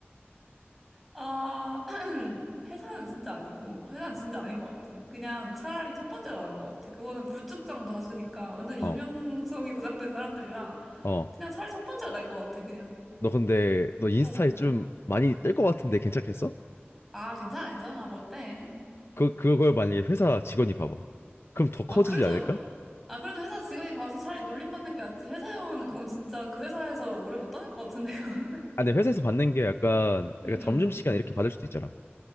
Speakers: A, in the centre; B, on the left.
A: 아 <clears throat> 회사는 진짜 아니고 회사는 진짜 아닌 것 같아 그냥 차라리 첫 번째가 나은 것 같아 그거는 불특정 다수니까 완전 익명성이
B: 어.
A: 보장된 사람들이라
B: 어.
A: 그냥 차라리 첫 번째가 나을 것 같아 그냥
B: 너 근데 너 인스타에
A: 어어
B: 좀 많이 뜰 것 같은데 괜찮겠어?
A: 아, 괜찮아, 괜찮아. 뭐 어때?
B: 그 그걸 만약에 회사 직원이 봐봐. 그럼 더 커지지
A: 아, 그래도,
B: 않을까?
A: 아, 그래도 회사 직원이 봐서 차라리 놀림받는 게 낫지. 회사에 오면 그건 진짜 그 회사에서 오래 못 다닐 것 같은데요. <laughs>
B: 아, 근데 회사에서 받는 게 약간,
A: 음,
B: 약간 점심시간
A: 음.
B: 이렇게 받을 수도 있잖아.